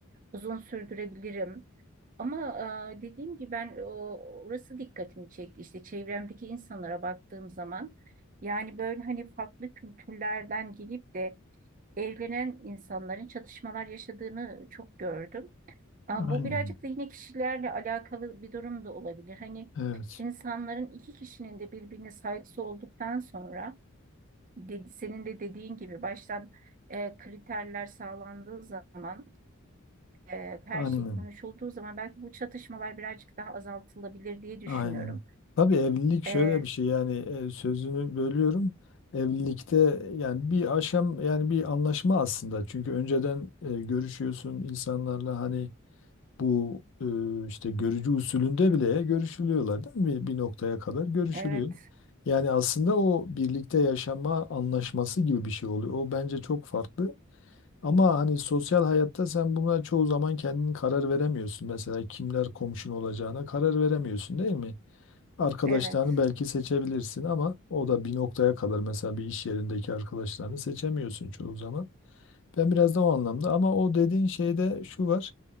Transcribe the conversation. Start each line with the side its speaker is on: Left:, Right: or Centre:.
Right: uzun sürdürebilirim. Ama e, dediğim gibi ben o, orası dikkatimi çekti. İşte çevremdeki insanlara baktığım zaman yani böyle hani farklı kültürlerden gelip de evlenen insanların çatışmalar yaşadığını çok gördüm. Aa,
Left: Aynen.
Right: bu birazcık da yine kişilerle alakalı bir durum da olabilir. Hani
Left: Evet.
Right: insanların iki kişinin de birbirine saygısı olduktan sonra dedi, senin de dediğin gibi baştan e, kriterler sağlandığı zaman e, her
Left: Aynen.
Right: şey konuşulduğu zaman belki bu çatışmalar birazcık daha azaltılabilir diye düşünüyorum.
Left: Aynen. Tabii evlilik şöyle
Right: E,
Left: bir şey yani e, sözünü bölüyorum. Evlilikte yani bir aşam yani bir anlaşma aslında. Çünkü önceden e, görüşüyorsun insanlarla hani Bu e, işte görücü usulünde bile görüşülüyorlar değil mi? Bir noktaya kadar görüşülüyor.
Right: evet,
Left: Yani aslında o birlikte yaşama anlaşması gibi bir şey oluyor. O bence çok farklı. Ama hani sosyal hayatta sen bunlara çoğu zaman kendin karar veremiyorsun. Mesela kimler komşun olacağına karar veremiyorsun değil mi? Arkadaşlarını
Right: evet.
Left: belki seçebilirsin ama o da bir noktaya kadar mesela bir iş yerindeki arkadaşlarını seçemiyorsun çoğu zaman. Ben biraz da o anlamda ama o dediğin şeyde şu var.